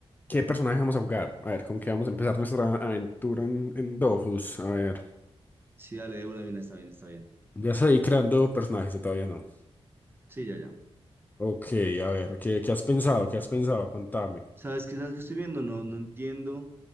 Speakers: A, on the left; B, on the right.
A: qué personaje vamos a jugar? A ver, ¿con qué vamos a empezar nuestra aventura en, en Dofus? A ver,
B: Sí, dale, de una bien, está bien, está bien.
A: ya estoy creando personajes, o todavía no.
B: Sí, ya, ya.
A: Ok, a ver, ¿qué, qué has pensado? ¿Qué has pensado? Contame.
B: ¿Sabes qué, sabes qué estoy viendo? No, no entiendo